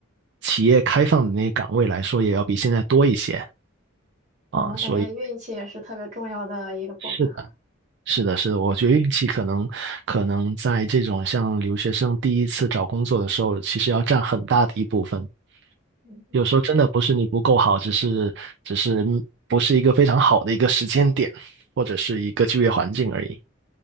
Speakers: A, on the right; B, on the right.
A: 企业开放的那个岗位来说，也要比现在多一些
B: 啊，
A: 啊，
B: 我感觉运气也是特别重要的一个部分哈。
A: 所以。是。是的，是的，我觉得运气可能可能在这种像留学生第一次找工作的时候，其实要占很大的一部分。
B: 嗯
A: 有时候真的不是你不够好，只是只是不是一个非常好的一个时间点，或者是一个就业环境而已。